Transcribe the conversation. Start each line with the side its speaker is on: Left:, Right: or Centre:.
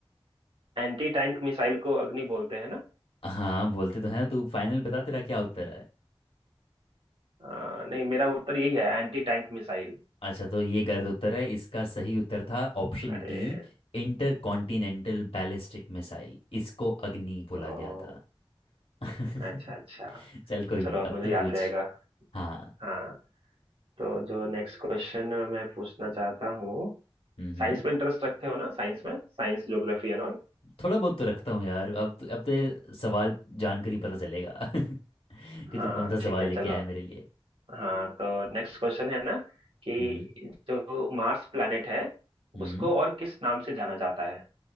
Right: एंटी टैंक मिसाइल को अग्नि बोलते हैं ना
Left: हाँ बोलते तो हैं तू फाइनल बता तेरा क्या उत्तर है
Right: आ, नहीं मेरा उत्तर यही है एंटी टैंक मिसाइल
Left: अच्छा तो ये गलत उत्तर है इसका सही उत्तर था option
Right: अरे
Left: B intercontinental ballistic missile इसको अग्नि बोला
Right: ओ
Left: गया था <laughs>
Right: अच्छा अच्छा
Left: चल कोई
Right: चलो
Left: नहीं
Right: अब
Left: अब
Right: मुझे
Left: तू
Right: याद
Left: पूछ
Right: रहेगा
Left: हाँ
Right: हाँ तो जो नेक्स्ट क्वेश्चन मैं पूछना चाहता हूँ
Left: हम्म
Right: साइंस में इंटरेस्ट रखते हो ना साइंस में साइंस ज्योग्राफी एंड ऑल
Left: थोड़ा बहुत तो रखता हूँ यार अब तो- अब तो ये सवाल जानकर ही पता चलेगा <laughs> कि
Right: हाँ
Left: तू कौन सा
Right: ठीक
Left: सवाल
Right: है
Left: लेके
Right: चलो
Left: आया है मेरे लिए
Right: हाँ तो नेक्स्ट क्वेश्चन है ना कि
Left: हम्म,
Right: जो मार्स प्लैनेट है
Left: हम्म
Right: उसको और किस नाम से जाना जाता है